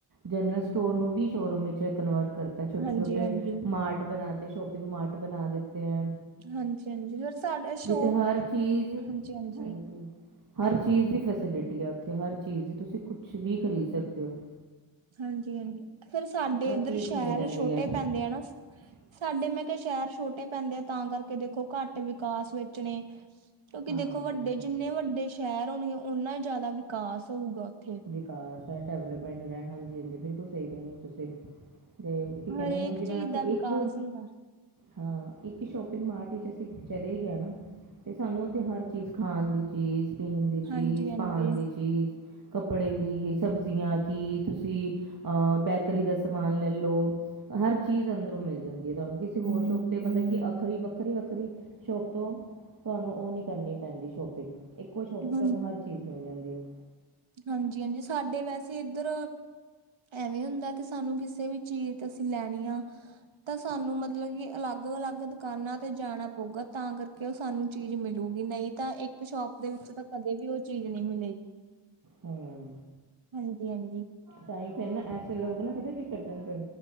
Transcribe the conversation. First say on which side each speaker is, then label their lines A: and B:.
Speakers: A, on the right; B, on the right.
A: ਜਨਰਲ ਸਟੋਰ ਨੂੰ ਵੀ ਸ਼ੋਰੂਮ ਵਿਚ ਕਨਵਰਟ ਕਰਤਾ ਛੋਟੇ-ਛੋਟੇ
B: ਹਾਂਜੀ-ਹਾਂਜੀ,
A: ਮਾਰਟ ਬਣਾ ਤੇ ਸ਼ੋਪਿੰਗ ਮਾਰਟ ਬਣਾ ਦਿੱਤੇ ਐ।
B: ਹਾਂਜੀ-ਹਾਂਜੀ ਫਿਰ ਸਾਡਾ ਸ਼ੋ
A: ਜਿੱਥੇ ਹਰ ਚੀਜ਼
B: ਹਾਂਜੀ-ਹਾਂਜੀ,
A: ਹਾਂਜੀ ਹਰ ਚੀਜ਼ ਦੀ ਫੈਸਿਲਿਟੀ ਆ ਉੱਥੇ ਹਰ ਚੀਜ਼ ਦੀ ਤੁਸੀਂ ਕੁਛ ਵੀ ਖਰੀਦ ਸਕਦੇ ਔ।
B: ਹਾਂਜੀ ਹਾਂਜੀ, ਫੇਰ ਸਾਡੇ ਇੱਧਰ
A: ਚੀਜ਼
B: ਸ਼ਹਿਰ
A: ਮਿਲ ਜਾਂਦੀ
B: ਛੋਟੇ
A: ਹੈ
B: ਪੈਂਦੇ ਆ ਨਾ
A: <inaudible>
B: ਸਾਡੇ ਮੈਂ ਕਿਆ ਸ਼ਹਿਰ ਛੋਟੇ ਪੈਂਦੇ ਆ ਤਾਂ ਕਰਕੇ ਦੇਖੋ ਘੱਟ ਵਿਕਾਸ ਵਿਚ ਨੇ ਕਿਉਂਕਿ
A: ਹਾਂ
B: ਦੇਖੋ ਵੱਡੇ ਜਿੰਨੇ ਵੱਡੇ ਸ਼ਹਿਰ ਹੋਣਗੇ ਓਨਾਂ ਜ਼ਿਆਦਾ ਵਿਕਾਸ ਹੋਊਗਾ ਉੱਥੇ।
A: ਵਿਕਾਸ ਹੈ ਡਿਵਲਪਮੈਂਟ ਦਾ, ਹਾਂਜੀ ਹਾਂਜੀ ਬਿਲਕੁਲ ਸਈ ਕੈਅ ਰੇ ਔ ਤੁਸੀਂ। ਤੇ ਕੀ ਕੈਂਦੇ
B: ਹਰੇਕ
A: ਹੁਣ ਜਿਵੇਂ
B: ਚੀਜ਼
A: ਅਸੀਂ
B: ਦਾ ਵਿਕਾਸ
A: ਇੱਕ
B: ਹੁੰਦਾ
A: ਹਾਂ ਇੱਕ ਸ਼ੋਪਿੰਗ ਮਾਰਟ ਵਿੱਚ ਅਸੀਂ ਚਲੇ ਗਏ ਨਾ ਤੇ ਸਾਨੂੰ ਉਥੇ ਹਰ ਚੀਜ਼ ਖਾਣ ਦੀ ਚੀਜ਼, ਪੀਣ ਦੀ
B: ਹਾਂਜੀ
A: ਚੀਜ਼,
B: ਹਾਂਜੀ।
A: ਪਾਣ ਦੀ ਚੀਜ਼। ਕੱਪੜੇ ਵੀ ਸਬਜ਼ੀਆਂ ਕੀ ਤੁਸੀਂ ਅਹ ਬੇਕਰੀ ਦਾ ਸਮਾਨ ਲਲੋ। ਹਰ ਚੀਜ਼ ਅੰਦਰੋਂ ਮਿਲ ਜਾਂਦੀ ਐ ਤੁਆਨੂੰ ਕਿਸੇ ਹੋਰ ਸ਼ੋਪ ਤੇ ਮਤਲਬ ਕਿ ਅਖਰੀ ਵੱਖਰੀ-ਵੱਖਰੀ ਸ਼ੋਪ ਤੋਂ ਤੁਆਨੂੰ ਉਹ ਨਈਂ ਕਰਨੀ ਪੈਂਦੀ ਸ਼ੋਪਿੰਗ। ਇੱਕੋ ਸ਼ੋਪ ਤੇ
B: ਹਾਂ
A: ਤਾਨੂੰ ਹਰ ਚੀਜ਼ ਮਿਲ ਜਾਂਦੀ ਐ।
B: ਹਾਂਜੀ ਹਾਂਜੀ, ਸਾਡੇ ਵੈਸੇ ਇੱਧਰ ਐਵੇਂ ਹੁੰਦਾ ਤੇ ਸਾਨੂੰ ਕਿਸੇ ਵੀ ਚੀਜ਼ ਅਸੀਂ ਲੈਣੀ ਆ ਤਾਂ ਸਾਨੂੰ ਮਤਲਬ ਕਿ ਅਲੱਗ-ਅਲੱਗ ਦੁਕਾਨਾਂ ਤੇ ਜਾਣਾ ਪਊਗਾ ਤਾਂ ਕਰਕੇ ਸਾਨੂੰ ਚੀਜ਼ ਮਿਲੂਗੀ ਨਈਂ ਤਾਂ ਇੱਕ ਸ਼ੋਪ ਦੇ ਵਿੱਚ ਤਾਂ ਕਦੇ ਵੀ ਉਹ ਚੀਜ਼ ਨਈਂ ਮਿਲੇਗੀ।
A: ਹਮ।
B: ਹਾਂਜੀ, ਹਾਂਜੀ।
A: ਤਾਂ ਹੀ ਫਿਰ ਨਾ, ਐਸੇ ਲੋਕ ਨਾ ਪਤਾ ਕੀ ਕਰਦੇ ਨੇ ਫਿਰ